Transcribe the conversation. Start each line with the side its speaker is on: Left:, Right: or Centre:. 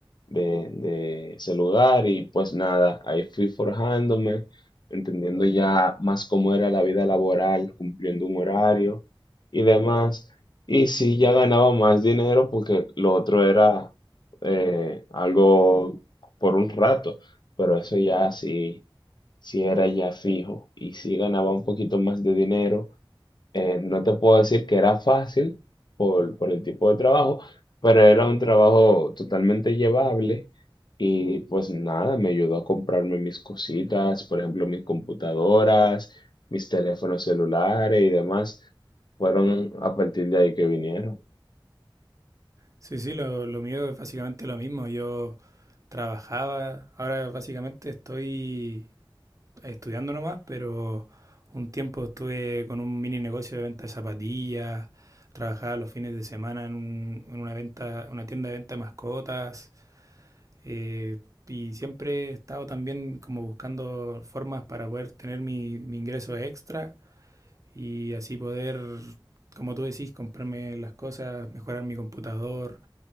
Left: de, de ese lugar y pues nada, ahí fui forjándome, entendiendo ya más cómo era la vida laboral, cumpliendo un horario y demás. Y sí, ya ganaba más dinero porque lo otro era eh, algo por un rato, pero eso ya sí, sí era ya fijo y sí ganaba un poquito más de dinero eh, no te puedo decir que era fácil por, por el tipo de trabajo, pero era un trabajo totalmente llevable y pues nada, me ayudó a comprarme mis cositas, por ejemplo, mis computadoras, mis teléfonos celulares y demás. Fueron a partir de ahí que vinieron.
Right: Sí, sí, lo, lo mío es básicamente lo mismo. Yo trabajaba, ahora básicamente estoy estudiando nomás, pero un tiempo estuve con un mini negocio de venta de zapatillas, trabajaba los fines de semana en, un- en una venta, una tienda de venta de mascotas, eh, y siempre he estado también como buscando formas para poder tener mi, mi ingreso extra y así poder, como tú decís, comprarme las cosas, mejorar mi computador